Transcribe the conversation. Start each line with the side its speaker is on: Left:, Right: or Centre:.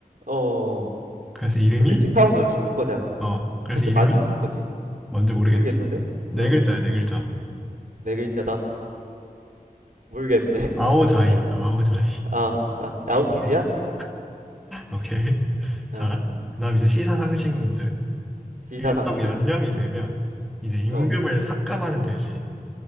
Right: 어,
Centre: 그래서 이름이,
Right: 근데 치파오는 중국 거잖아.
Centre: 어, 그래서
Right: 사실
Centre: 이름이
Right: 만주족 거지.
Centre: 뭔지 모르겠지.
Right: 모르겠는데?
Centre: 네
Right: 어,
Centre: 글자야, 네 글자.
Right: 네 글자다. 모르겠는데.
Centre: 아오자이입니다.
Right: <laughs> 어,
Centre: 아오자이.
Right: 아, 아, 아웃키즈야?
Centre: <laughs> 오케이.
Right: 어,
Centre: 자, 그다음 이제 시사상식 문제.
Right: 시사
Centre: 일정
Right: 상식.
Centre: 연령이 되면 이제 임금을
Right: 어,
Centre: 삭감하는 대신